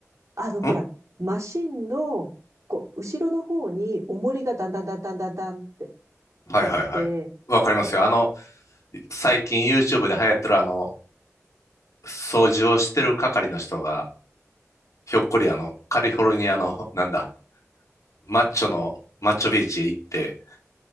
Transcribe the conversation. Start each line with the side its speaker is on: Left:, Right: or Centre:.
Right: あのほら、
Left: は
Right: マシンの、こう、後ろの方に重りがだんだんだんだんだんだんって
Left: いはいはい。
Right: あって、
Left: わかりますよ。あの、最近 YouTube で流行ってるあの、掃除をしてる係の人が、ひょっこりあの、カリフォルニアの、なんだ、マッチョの、マッチョビーチへ行って